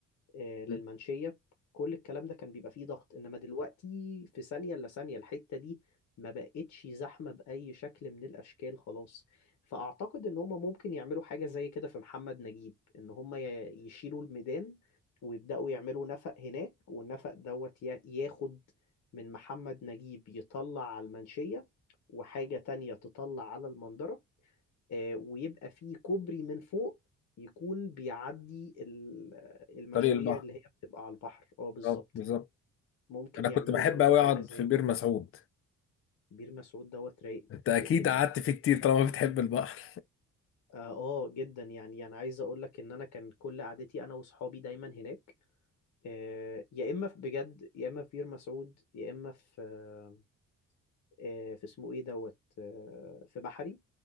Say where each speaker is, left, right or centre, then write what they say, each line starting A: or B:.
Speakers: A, on the left; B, on the left.
A: آه، للمنشية
B: مم.
A: كل الكلام ده كان بيبقى فيه ضغط انما دلوقتي في ثانية الا ثانية الحتة دي ما بقتش زحمة بأي شكل من الأشكال خلاص فأعتقد ان هما ممكن يعملوا حاجة زي كده في محمد نجيب ان هما ي- يشيلوا الميدان ويبدأوا يعملوا نفق هناك والنفق دوت ي- ياخد من محمد نجيب يطلع على المنشية وحاجة تانية تطلع على المندرة آه، ويبقى فيه كوبري من فوق يكون بيعدي ال- المشاريع
B: طريق البحر
A: اللي هي بتبقى على البحر اه بالظبط
B: اه بالظبط
A: ممكن
B: انا
A: يعملوا
B: كنت بحب
A: برضو
B: قوي
A: حاجة
B: اقعد
A: زي
B: في بير
A: كده
B: مسعود
A: بير مسعود دوت رايق
B: انت اكيد
A: رايق جدا
B: قعدت فيه كتير طالما بتحب البحر
A: اه آه، جدا يعني انا عايز اقول لك ان انا كان كل قعدتي انا واصحابي دايما هناك آه، يا اما في بجد يا اما في بير مسعود يا اما في آه، آه، في اسمه ايه دوت آه، في بحري